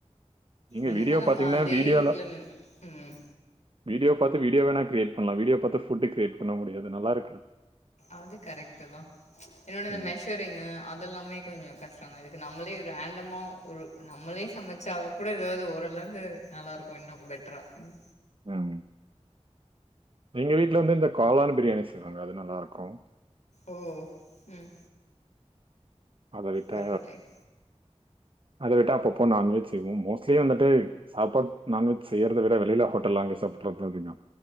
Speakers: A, on the right; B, on the left.
A: நீங்கள்
B: என்னனா
A: வீடியோ
B: நம்ம
A: பார்த்தீங்கன்னா
B: அதே
A: வீடியோவில்
B: இதுல ம்
A: வீடியோ பாத்து வீடியோ வேணா கிரியேட் பண்ணலா வீடியோ பாத்து ஃபுட் கிரியேட் பண்ண முடியாது நல்லா இருக்காது
B: அது கரெக்ட்டு தா என்னொடது
A: ம்
B: மெஷ் டரிங்கு அதெல்லாமே கொஞ்சோ கஷ்டந்தா இதுக்கு நம்மளே ரேண்டமா ஒரு நம்மளே சமைச்சா கூட எதாது ஓரளவுக்கு நல்லாயிருக்கு இன்னு பெட்டரா ம்
A: ம் எங்க வீட்டுல வந்து இந்த காளான் பிரியாணி செய்வாங்க அது நல்லாருக்கு
B: ஓ ம்
A: அத விட்டா
B: பரவாயில்லையே
A: அத விட்டா அப்பப்போ நான் வெஜ் செய்வோ மோஸ்ட் லி வந்துட்டு சாப்பாடு நான் வெஜ் செய்யறத விட வெளியில ஹோட்டல்ல வாங்கி சாப்பிட்றதுதா அதிகோ